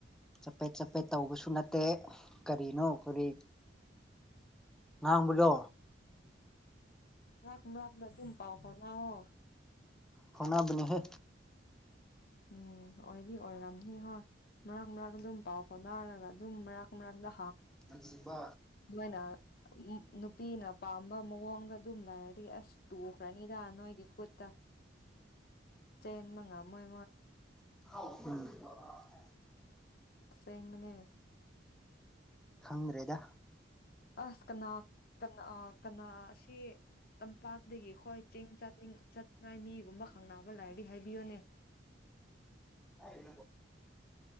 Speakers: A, in the centre; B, on the left.
A: ꯆꯄꯦꯠ ꯆꯄꯦꯠ ꯇꯧꯕꯁꯨ ꯅꯠꯇꯦ ꯀꯔꯤꯅꯣ ꯑꯩꯈꯣꯏ ꯉꯥꯡꯕꯗꯣ
B: ꯃꯥꯔꯛ ꯃꯔꯛꯗ ꯑꯗꯨꯝ ꯄꯥꯎ ꯐꯥꯎꯅꯧꯑꯣ
A: ꯐꯣꯡꯅꯥꯕꯅꯦꯍꯦ
B: ꯎꯝ ꯑꯣꯏꯗꯤ ꯑꯣꯏꯔꯝꯅꯤ ꯍꯣꯏ ꯃꯔꯛ ꯃꯔꯛ ꯑꯗꯨꯝ ꯄꯥꯎ ꯐꯥꯎꯗꯥꯔꯒ ꯑꯗꯨꯝ ꯃꯔꯛ ꯃꯔꯛꯇ
A: ꯉꯁꯤꯕꯥ
B: ꯅꯣꯏꯅ ꯅꯨꯄꯤꯅ ꯄꯥꯝꯕ ꯃꯑꯣꯡꯗ ꯑꯗꯨꯝ ꯂꯩꯔꯗꯤ ꯑꯁ ꯇꯨꯈ꯭ꯔꯅꯤꯗ ꯅꯣꯏꯒꯤ ꯀꯠꯇ ꯆꯦꯟꯕ ꯉꯥꯝꯃꯣꯏ
A: ꯎꯝ <inaudible>
B: ꯑꯁꯦꯡꯕꯅꯦ
A: ꯈꯪꯗ꯭ꯔꯦꯗ
B: ꯑꯁ ꯀꯅꯥ ꯀ ꯀꯅꯥ ꯑꯁꯤ ꯑꯁꯤ ꯇꯝꯄꯥꯛꯇꯒꯤ ꯑꯣꯏ ꯆꯤꯡ ꯆꯅꯤꯡ ꯆꯥꯅꯤꯡꯉꯥꯏ ꯃꯤꯒꯨꯝꯕ ꯈꯪꯅꯕ ꯂꯥꯏꯔꯗꯤ ꯍꯥꯏꯕꯤꯌꯣꯅꯦ
A: ꯍꯥꯏ <inaudible>